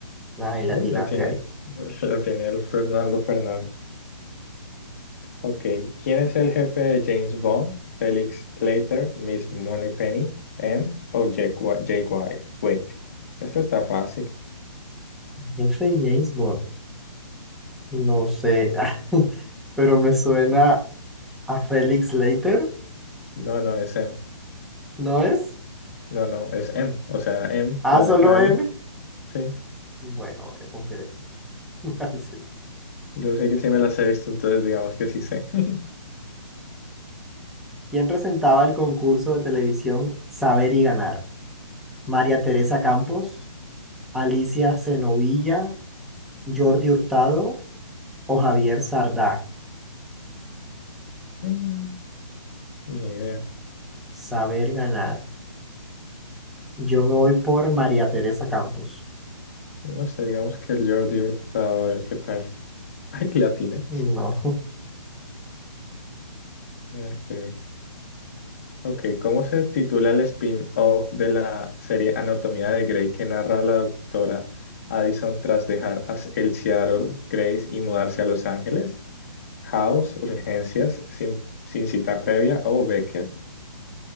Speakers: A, in the centre; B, on the left.
A: Ay, latinaste
B: Uy, la tiene,
A: ahí.
B: <laughs> la tiene el Fernando Fernández. Ok, ¿quién es el jefe de James Bond? Felix Leiter, Miss Moneypenny, M o Jake, Wi- Jake White. Wait, esto está fácil.
A: F. James Bond. No sé, <laughs> pero me suena a Felix Leiter,
B: No, no, es M.
A: ¿no es?
B: No, no, es M. O sea, M,
A: ¿A
B: la
A: solo
B: letra M.
A: M?
B: Sí.
A: Bueno, voy a confiar en ti. <laughs> Sí.
B: Yo sé que sí me las he visto, entonces digamos que sí sé. <laughs>
A: ¿Quién presentaba el concurso de televisión Saber y Ganar? ¿María Teresa Campos, Alicia Cenovilla, Jordi Hurtado o Javier Sardá?
B: Mm, Ni idea.
A: Saber Ganar. Yo me voy por María Teresa Campos.
B: No sé, digamos que el Jordi Hurtado, a ver qué tal. <laughs> Ay, que la tiene.
A: No,
B: Ok, Ok, ¿cómo se titula el spin-off de la serie Anatomía de Grey que narra a la doctora Addison tras dejar a el Seattle Grace y mudarse a Los Ángeles? House, Urgencias, sin, sin cita previa o Becker.